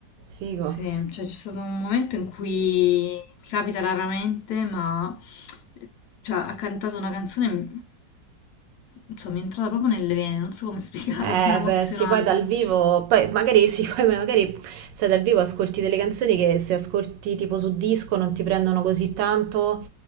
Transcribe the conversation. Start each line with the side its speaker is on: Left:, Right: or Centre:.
Right: figo.
Left: Sì, cioè c'è stato un momento in cui mi capita raramente, ma cioè, ha cantato una canzone, m- insomma, mi è entrata proprio nelle vene, non so come spiegarlo,
Right: Eh,
Left: <laughs> mi sono emozionata.
Right: beh, sì, poi dal vivo, poi magari sì, <laughs> poi magari se dal vivo ascolti delle canzoni che se ascolti tipo su disco non ti prendono così tanto,